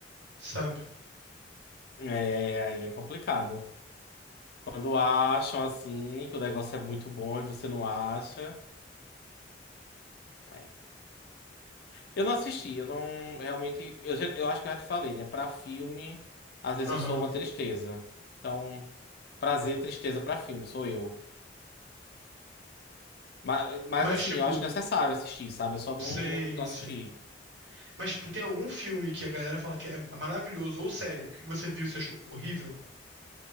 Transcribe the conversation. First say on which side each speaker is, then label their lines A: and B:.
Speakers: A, on the right; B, on the left.
A: sabe?
B: É, é, aí é complicado. Quando acham, assim, que o negócio é muito bom e você não acha. é. Eu não assisti, eu não, realmente, eu, já- eu acho que eu já te falei, né, pra filme, às vezes
A: Aham.
B: eu sou uma tristeza. Então, prazer, tristeza pra filme, sou eu. Mas, mas
A: Mas
B: assim,
A: tipo,
B: eu acho necessário assistir, sabe? Eu só não,
A: sim,
B: não, não assisti.
A: sim. Mas, tipo, tem algum filme que a galera fala que é maravilhoso, ou série, que você viu e você achou horrível?